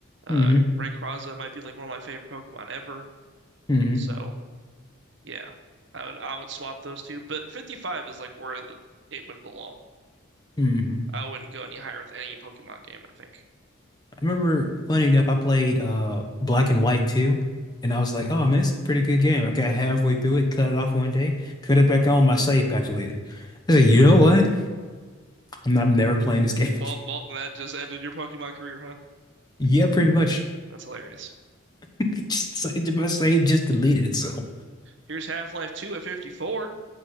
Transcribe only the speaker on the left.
hmm
hmm
hmm
I remember, funny enough, I played uh Black and White too, and I was like, oh man, it's a pretty good game. I got halfway through it, cut it off one day, cut it back on, my save got deleted. I said, you know what? I'm not, I'm never playing this game
again. <laughs>
Yeah, pretty much.
It just it, my save just deleted itself.